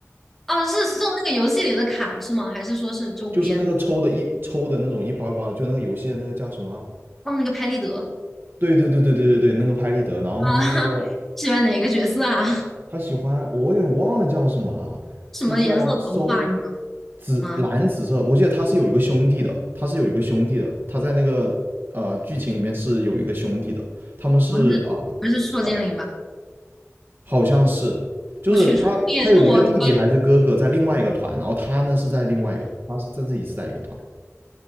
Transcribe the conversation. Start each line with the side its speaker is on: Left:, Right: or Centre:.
Centre: 啊，是送那个游戏里的卡是吗？还是说是周边？
Right: 就是那个抽的一抽的那种一包一包的就那个游戏的那个叫什么啊？
Centre: 哦，那个拍立得
Right: 对对对对对对对，那个拍立得，然后他是那个
Centre: 啊，<laughs> 喜欢哪个角色啊？<laughs>
Right: 他喜欢，我有点忘了叫什么了，
Centre: 什么颜色头发？
Right: 是叫搜
Centre: 你知道吗？
Right: 紫蓝紫色，我记得他是有一个兄弟的，他是有一个兄弟的，他在那个呃剧情里面是有一个兄弟的，他们是啊
Centre: 不是不是硕剑灵吧？
Right: 呃呃好像是。就是他，
Centre: 我去，硕剑灵也是我推，
Right: 他有一个弟弟还是哥哥在另外一个团，然后他呢是在另外一个，他是在自己是在一个团。